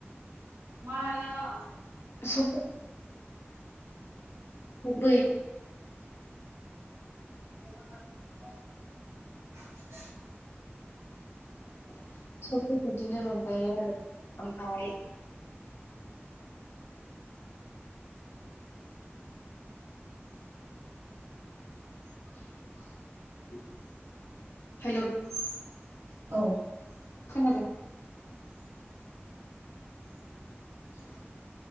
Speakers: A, on the right (about 80°); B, on the left (about 65°).
A: <inaudible>
B: <unintelligible> गुबै
A: <unintelligible>
B: <inaudible> सबबो बिदिनो रंजायो आरो। ओमफाय <unintelligible> हेलौ
A: औ। ओ।
B: खोनादों <unintelligible>